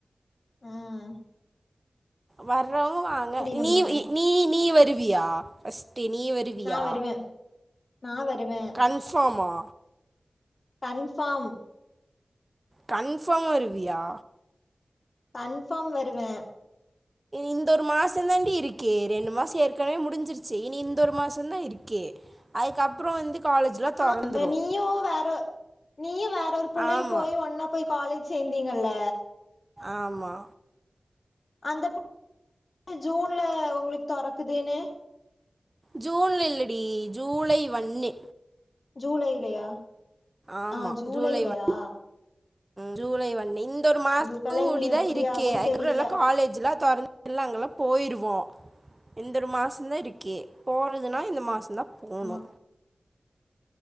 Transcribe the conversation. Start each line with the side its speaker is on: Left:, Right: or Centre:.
Left: ஆஹ்
Right: வர்றவ்ங்க வாங்க
Left: நம்ம
Right: நீ நீ நீ வ ருவியா ஃபர்ஸ்ட் ட்டு நீ வருவியா
Left: நா வருவே நா வருவே
Right: கன்ஃபார்மா
Left: கன்ஃபார்ம்
Right: கன்ஃபார்ம் வருவியா
Left: கன்ஃபார்ம் வருவே
Right: இந்தொரு மாசந்தான்டி இருக்கே ரெண்டு மாச ஏற்கனவே முடிஞ்சிருச்சு இனி இந்தொரு மாசந்தா இருக்கு அதுக்கப்புற வந்து காலேஜ்லா
Left: ஆமா
Right: தொறந்துரு
Left: நீயு வேற நீயு வேற ஒரு புள்ளையு
Right: ஆமா
Left: போய் ஒன்னா போய் காலேஜ் சேந்தீங்கல்ல
Right: ஆமா
Left: அந்தபுள்ள ஜூன்ல ஒங்களுக்கு தொறக்குதுன்னு
Right: ஜூன்ல இல்லடி ஜூலை ஒன்னு
Left: ஜூலைலையா
Right: ஆமா
Left: ஆஹ் ஜூலைலையா
Right: ஜூலை ஒன் ஜூலை வண்ணு இங் ஒரு மாச
Left: உங்களுக்கெல்லா
Right: கூடிதா
Left: இனி எப்டி
Right: இருக்கு
Left: ஆகுன்
Right: அதுக்கப்புற
Left: தெரில
Right: எல்லா காலேஜ்ல தொறந்து நாங்கல்லா போயிருவோ இந்தொரு மாசந்தா இருக்கு போறதுன்னா இந்த மாசந்தா போணு
Left: ஆமா